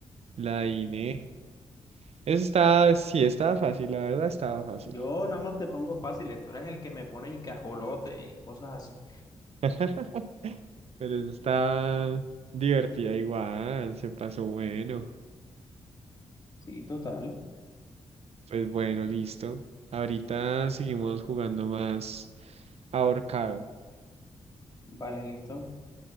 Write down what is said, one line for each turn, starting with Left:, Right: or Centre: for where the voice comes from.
Right: la Iné. Eso está, sí, estaba fácil, la verdad estaba fácil.
Left: Yo nada más te pongo fácil, tú eres el que me pones y cajolote y cosas así.
Right: <laughs> Pero eso está divertida igual, se pasó bueno.
Left: Sí, total.
Right: Pues bueno,
Left: Sí.
Right: listo. Ahorita seguimos jugando más ahorcado.
Left: Vale, listo.